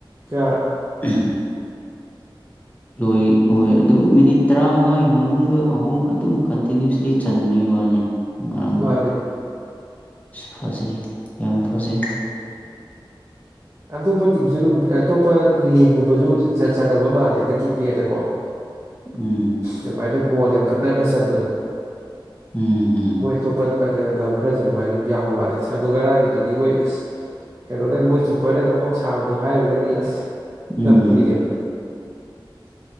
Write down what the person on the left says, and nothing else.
ꯎꯝ <inaudible> ꯂꯣꯏ ꯍꯣꯏ ꯑꯗꯨꯝ ꯃꯤꯅꯤꯠ ꯇꯔꯥꯃꯉꯥꯒꯤ ꯃꯅꯨꯡꯗ ꯑꯍꯨꯝ ꯑꯗꯨꯝ ꯀꯟꯇꯤꯅꯨꯁꯂꯤ ꯆꯟꯕꯩ ꯋꯥꯅꯤ ꯉꯔꯥꯡꯗꯣ
ꯐꯖꯩ ꯌꯥꯝ ꯐꯖꯩ
ꯎꯝ
ꯎꯝ ꯍꯝ
ꯎꯝ